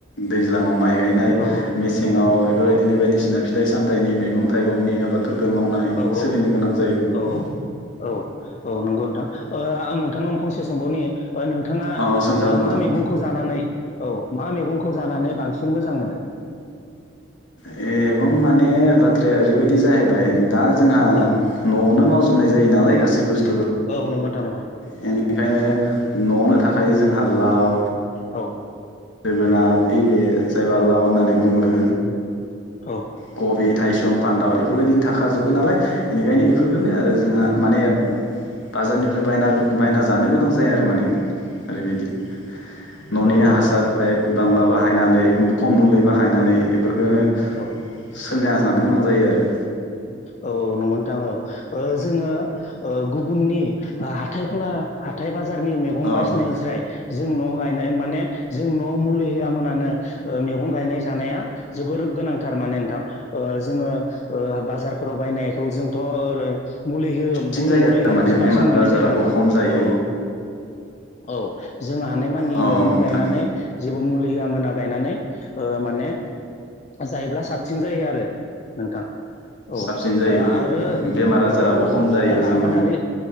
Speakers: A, on the left; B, on the left.
A: दैज्लाङाव। माइ गायनाय
B: औ
A: मेसेङाव बेफोरबायदिनो
B: औ
A: बायदिसिना फिथाइ सामथाइनि मैगं थाइगंनि आबाद मावनानै
B: औ
A: सोलिनो
B: औ
A: गोनां जायो।
B: औ औ औ नंगौ नोंथां ओ आं नोंथांनाव फंसे सोंबावनि। ओ नोंथाङा
A: अ सोंजागोन
B: ओ
A: नोंथां
B: मा मैगंखौ जानानै औ मा मैगंखौ जानानै बांसिन मोजां मोनो?
A: मैगं माने बाथ्राया ओरैबायदि जाहैबाय दा जोंहा
B: औ
A: न'आवनो मावजोबनाय जायो नालाय गासै बुस्थु
B: औ नंगौ नोंथां नंगो।
A: बेनिखायनो न'आवनो थाखाय जोंहा लाव
B: औ
A: जोगोनार ओइ बे जायबा
B: औ
A: लाव होननानै बुङो।
B: औ
A: कबि थायसं फानथाव बेफोरबायदिनो थाखाजोबो नालाय बेनिखायनो बेफोरफोरखौनो आरो जोंहा माने बाजारनिफ्राय बायना बायना जानो गोनां जाया आरो माने ओरैबायदि। न'निनो
B: औ
A: हासार फाय बांला बाहायनानै खम मुलि बाहायनानै
B: औ
A: बेफोरखौनो
B: औ
A: सोलिना जानो गोनां जायो आरो।
B: औ औ नंगौ नोंथां औ ओ जोङो ओ गुबुननि हाथाइ खला हाथाय बाजारनि मैगं
A: आरो
B: बायसिनायस्राय
A: औ
B: जोंन' गायनाय माने जों न' मुलि होयामोनानो मैगं गायनाय जानाया जोबोर गोनां। थारमाने नोंथां ओ जोङो ओ बाजारफोराव बायनायखौ जोंथ' ओ मुलि हो
A: साबसिन
B: मुलि
A: जायो
B: होननायखौसो
A: आरो माने बेमार
B: बांसिन मोननाय
A: आजाराबो
B: जाया नोंथां
A: खम जायो
B: औ औ। औ जों हानायमानि
A: औ
B: न'आवनो
A: नोंथां
B: गायनानै जेबो मुलि होआ मोना गायनानै ओ माने जायोब्ला साबसिन जायो आरो नोंथां। औ
A: साबसिन जायो
B: आरो
A: बेमार आजाराबो
B: औ नंगौ नोंथां
A: खम जायो
B: आरो
A: जोंनाव
B: आबादारि